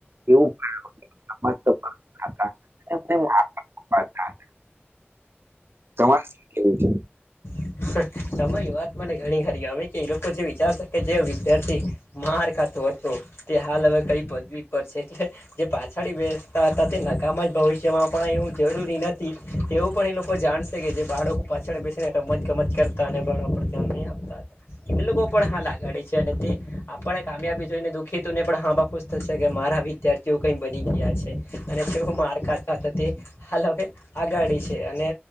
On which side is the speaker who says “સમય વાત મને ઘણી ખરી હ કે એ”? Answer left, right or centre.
Left